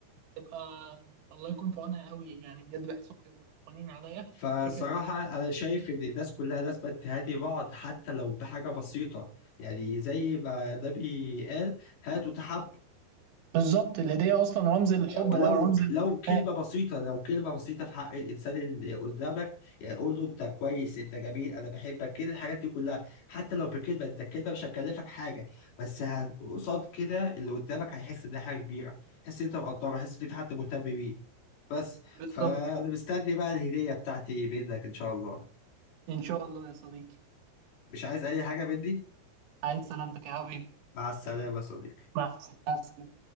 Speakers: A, on the right; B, on the left.
A: بتبقى الله يكون في عونها قوي يعني بجد بحسهم بيبقوا قوانين عليا
B: فالصراحه
A: فكره
B: انا شايف ان الناس كلها لازم تهادي بعض حتى لو بحاجه بسيطه يعني زي ما النبي قال هاتوا تحابوا
A: بالظبط الهدية أصلا رمز الحب
B: ولو
A: ورمز الوفاء
B: لو كلمة بسيطة لو كلمة بسيطة في حق الإنسان اللي قدامك يعني قول له أنت كويس أنت جميل أنا بحبك كده الحاجات دي كلها حتى لو بكلمة أنت الكلمة مش هتكلفك حاجة بس هن- قصاد كده اللي قدامك هيحس إنها حاجة كبيرة هيحس إن أنت مقدره هيحس إن في حد مهتم بيه بس
A: بالظبط
B: فأنا مستني بقى الهدية بتاعتي منك إن شاء الله
A: إن شاء الله يا صديقي
B: مش عايز أي حاجة مني
A: عايز سلامتك يا حبيبي
B: مع السلامة يا صديقي
A: مع مع السلامة